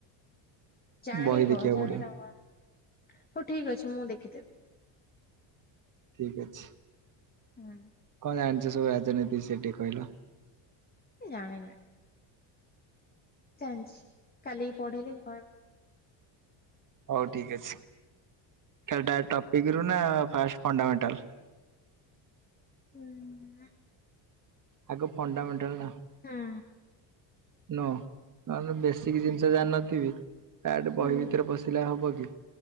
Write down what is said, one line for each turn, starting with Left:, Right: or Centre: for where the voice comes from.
Left: ଜାଣିବ,
Right: ବହି ଦେଖିବାକୁ
Left: ଜାଣିନା
Right: ପଡିବ
Left: କଣ। ହଉ ଠିକ୍ ଅଛି ମୁଁ ଦେଖି ଦେବି।
Right: ଠିକ୍ ଅଛି।
Left: ହୁଁ।
Right: କଣ ଜାଣିଚ ସବୁ ରାଜନୀତି ସେଠି କହିଲ।
Left: ଜାଣେନା। ଜାଣିଚି, କାଲି କି ପଢେଇଲେ କହିବ।
Right: ହୋଉ ଠିକ୍ ଅଛି। ଖାଲି ଟା ଟପିକ୍ ରୁ ନା ଫାଷ୍ଟ ଫଣ୍ଡାମେଣ୍ଟାଲ୍।
Left: ହୁଁ।
Right: ଆଗ ଫଣ୍ଡାମେଣ୍ଟାଲ୍ ନା
Left: ହଁ।
Right: ନୋ ବେଶୀିକ୍ ଜିନିଷ ଜାଣି ନ ଥିବ। ଡାଇରେକ୍ଟ
Left: ହୁଁ
Right: ବହି ଭିତରେ ପଶିଲେ ହବ କି?